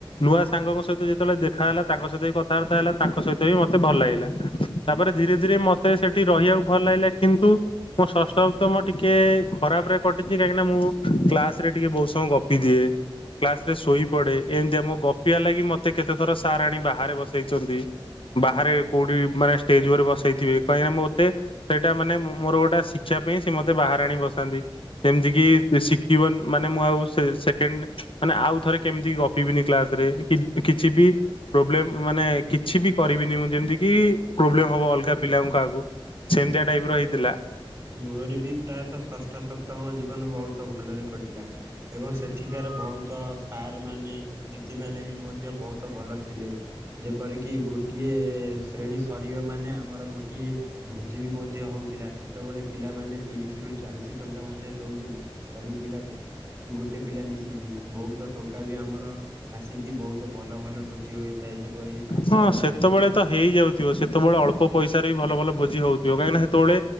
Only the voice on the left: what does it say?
ନୂଆ ସାଙ୍ଗଙ୍କ ସହିତ ଯେତେବେଳେ ଦେଖାହେଲା ତାଙ୍କ ସହିତ ବି କଥାବାର୍ତ୍ତା ହେଲା ତାଙ୍କ ସହିତ ବି ମତେ ଭଲ ଲାଗିଲା। ତାପରେ ଧୀରେ ଧୀରେ ମତେ ସେଠି ରହିବାକୁ ଭଲ ଲାଗିଲା କିନ୍ତୁ ମୁଁ ଷଷ୍ଠ ତମ ଟିକେ ଖରାପ ରେ କଟିଛି କାହିଁକିନା ମୁଁ କ୍ଲାସରେ ଟିକେ ବହୁତ ସମୟ ଗପି ଦିଏ। କ୍ଲାସ ରେ ଶୋଇପଡ଼େ ଏମିତିଆ ମୋ ଗପିଆ ଲାଗି ମତେ କେତେ ଥର ସାର୍ ଆଣି ବାହାରେ ବସେଇଛନ୍ତି। ବାହାରେ କୋଉଠି ମାନେ ଷ୍ଟେଜ ଉପରେ ବସେଇଥିବେ କାହିଁକିନା ମୋତେ ସେଇଟା ମାନେ ମୋର ଗୋଟେ ଶିକ୍ଷା ପାଇଁ ସେ ମତେ ବାହାରେ ଆଣି ବସାନ୍ତି। ସେମିତିକି ଶିଖିବ ମାନେ ମୁଁ ଆଉ ସେ ସେକେଣ୍ଡ ମାନେ ଆଉ ଥରେ କେମିତି ଗପିବିନି କ୍ଲାସରେ କି କିଛି ବି ପ୍ରୋବ୍ଲେମ ମାନେ କିଛି ବି କରିବିନି ମୁଁ ଯେମିତି କି ପ୍ରୋବ୍ଲେମ ହବ ଅଲଗା ପିଲାଙ୍କୁ କାହାକୁ। ସେମିତିଆ ଟାଇପ ର ହେଇଥିଲା।
ହଁ ସେତେବେଳେ
ତ ହେଇଯାଉଥିବ ସେତେବେଳେ ଅଳପ ପଇସାରେ ବି ଭଲ ଭଲ ଭୋଜି ହଉଥିବ କାହିଁକିନା ସେତେବେଳେ।